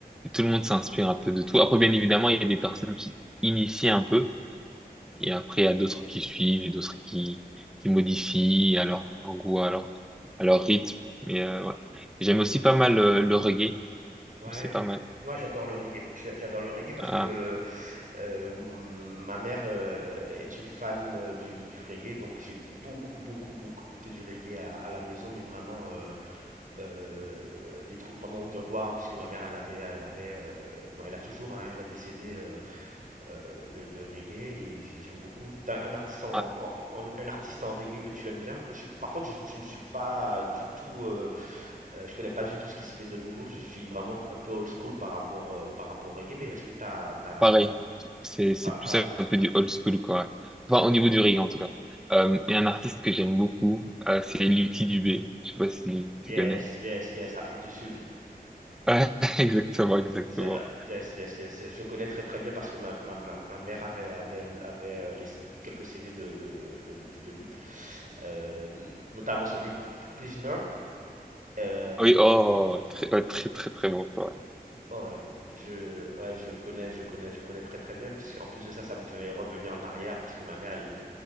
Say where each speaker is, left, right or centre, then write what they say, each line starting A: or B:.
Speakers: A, in the centre; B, on the right.
A: tout le monde s'inspire un peu de tout. Après, bien évidemment, il y a des personnes qui initient un peu, Et après, il y a d'autres qui suivent, et d'autres qui, qui modifient à leur goût, à leur, à leur rythme. Mais euh, ouais. J'aime aussi pas mal euh, le reggae.
B: Ouais,
A: C'est pas
B: j-
A: mal.
B: moi j'adore le reggae. Je- J'adore le reggae parce
A: Ah,
B: que euh, mon- ma mère euh, est une fan euh, du, du reggae, donc j'ai beaucoup, beaucoup, beaucoup écouté du reggae à, à la maison, mais vraiment euh, euh, des trucs vraiment underground, puisque ma mère elle avait, elle avait, euh, bon, elle a toujours, hein, elle a décédé euh, euh, de, de reggae et j'ai- j'aime beaucoup. T'as un artiste en,
A: ah,
B: en- en- un artiste en reggae que tu aimes bien? Je- par contre, je, je ne suis pas du tout euh, euh, je connais pas du tout ce qui se fait de nouveau. Je suis vraiment un peu old school par rapport, euh, par rapport au reggae, mais est-ce que t'as, t'as,
A: pareil. C'est, c'est
B: pa-
A: plus
B: pareil,
A: un peu du old school, quoi. Enfin, au niveau du reggae, en tout cas. Euh, et un artiste que j'aime beaucoup, euh, c'est Lucky Dubé. Je sais pas si
B: yes,
A: tu connais.
B: yes, yes, Afrique du Sud.
A: Ouais, <laughs> exactement, exactement.
B: C'est, euh, yes, yes, yes, yes. Je connais très très bien parce que ma, ma, ma, ma mère avait, avait, avait euh, les, quelques CD de, de, de Lucky Dube, euh, notamment celui Prisoner. Euh,
A: Oui, oh, très, ouais, très, très, très bon choix.
B: oh ouais, je, ouais, je connais, je connais, je connais très très bien. Puis En plus de ça, ça me fait revenir en arrière parce que ma mère, elle,